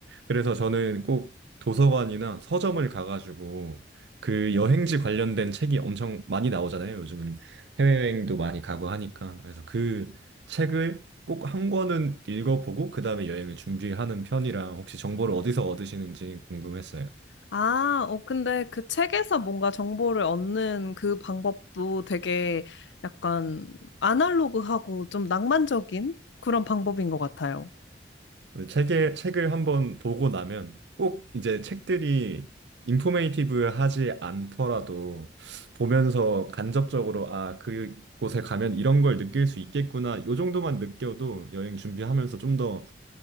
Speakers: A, on the right; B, on the left.
A: 그래서 저는 꼭 도서관이나 서점을 가가지고 그 여행지 관련된 책이 엄청 많이 나오잖아요. 요즘은 해외여행도 많이 가고 하니까 그래서 그 책을 꼭 한 권은 읽어보고 그 다음에 여행을 준비하는 편이라 혹시 정보를 어디서 얻으시는지 궁금했어요.
B: 아, 어, 근데 그 책에서 뭔가 정보를 얻는 그 방법도 되게 약간 아날로그하고 좀 낭만적인 그런 방법인 것 같아요.
A: 근데 책에, 책을 한 번 보고 나면 꼭 이제 책들이 인포메이티브하지 않더라도 보면서 간접적으로 아, 그곳에 가면 이런 걸 느낄 수 있겠구나. 요 정도만 느껴도 여행 준비하면서 좀 더,